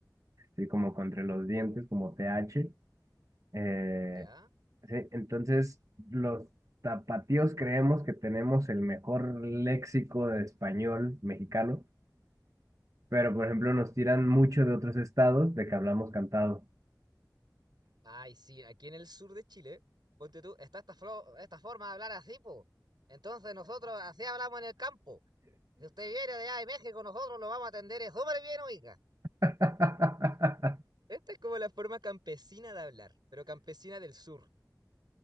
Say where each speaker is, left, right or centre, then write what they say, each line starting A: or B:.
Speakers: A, on the right; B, on the right.
A: así como contra los dientes, como TH. Eh,
B: ¿Ya?
A: sí, entonces, los tapatíos creemos que tenemos el mejor léxico de español mexicano, pero por ejemplo nos tiran mucho de otros estados de que hablamos cantado.
B: Ay, sí, aquí en el sur de Chile, ponte tú, está esta, flo- esta forma de hablar así, po. Entonces nosotros así hablamos en el campo. Si usted viene de allá de México, nosotros lo vamos a atender eh, súper bien, oiga.
A: <laughs>
B: Esta es como la forma campesina de hablar, pero campesina del sur.